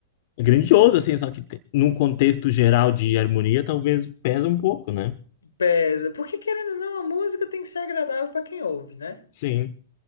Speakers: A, on the left (about 55°); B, on the left (about 80°).
A: é grandioso, assim, só que te- num contexto geral de harmonia, talvez pesa um pouco, né?
B: Pesa. Porque querendo ou não, a música tem que ser agradável pra quem ouve, né?
A: Sim,